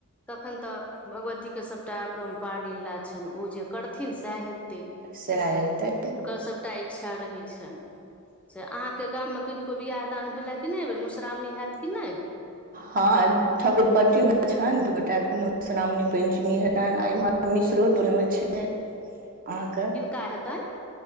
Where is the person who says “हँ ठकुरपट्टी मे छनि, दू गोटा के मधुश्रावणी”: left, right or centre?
Right